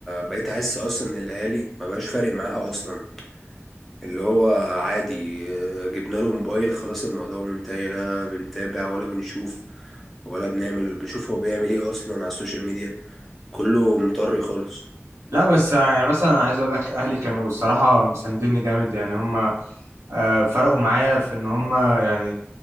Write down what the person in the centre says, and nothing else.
بقيت احس اصلا ان الاهالي ما بقاش فارق معاها اصلا اللي هو عادي آه، جبنا له موبايل خلاص الموضوع منتهي لا بنتابع ولا بنشوف ولا بنعمل بنشوف هو بيعمل ايه اصلا على السوشيال ميديا كله مطري خالص